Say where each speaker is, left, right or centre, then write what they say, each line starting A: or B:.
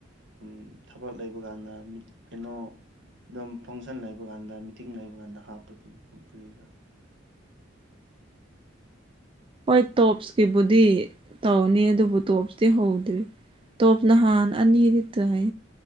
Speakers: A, on the right; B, on the right.
A: ꯎꯝ ꯊꯕꯛ ꯂꯩꯕ ꯀꯥꯟꯗ ꯃꯤꯠ ꯀꯩꯅꯣ ꯗꯨꯝ ꯐꯪꯁꯟ ꯂꯩꯕ ꯀꯥꯟꯗ ꯃꯤꯇꯤꯡ ꯂꯩꯕ ꯀꯥꯟꯗ ꯍꯥꯞꯄꯗꯨꯕꯨ ꯀꯔꯤꯔꯥ
B: ꯍꯣꯏ ꯇꯣꯞꯁꯀꯤꯕꯨꯗꯤ ꯇꯧꯅꯤ ꯑꯗꯨꯕꯨ ꯇꯣꯞꯁꯇꯤ ꯍꯧꯗ꯭ꯔꯤ ꯇꯣꯞ ꯅꯍꯥꯟ
A: ꯑꯣ
B: ꯑꯅꯤꯗꯤ ꯇꯥꯏ